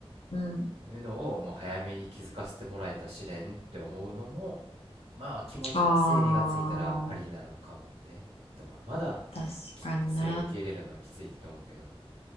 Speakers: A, on the left; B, on the right.
A: うん、うん。
B: いうのをもう早めに気づかせてもらえた試練って思うのもまあ気持ちの整理がついたらありなのかもねとはまだ
A: ああ、確かにね。
B: きそれを受け入れるのはきついと思うけど